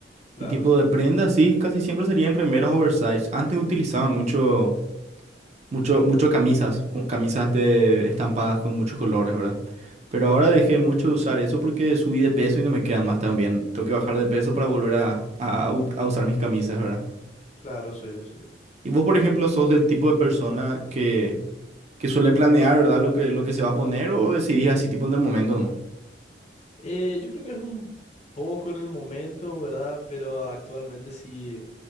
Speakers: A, on the left (about 40°); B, on the right (about 40°).
A: Claro,
B: Y tipo
A: sí.
B: de prendas, sí, casi siempre serían remeras oversize. Antes utilizaba mucho, mucho, mucho camisas, cu- camisas de estampadas con muchos colores, ¿verdad? Pero
A: Claro,
B: ahora
A: sí.
B: dejé mucho de usar eso porque subí de peso y no me quedan más tan bien. Tengo que bajar de peso para volver a, a ut- a usar mis camisas, ¿verdad?
A: Claro, sí, sí.
B: Y vos, por ejemplo, sos del tipo de persona que, que suele planear, ¿verdad? Lo que, lo que se va a poner o decidís así tipo en el momento nomás.
A: Eh, yo creo que es un poco en el momento, ¿verdad? Pero actualmente sí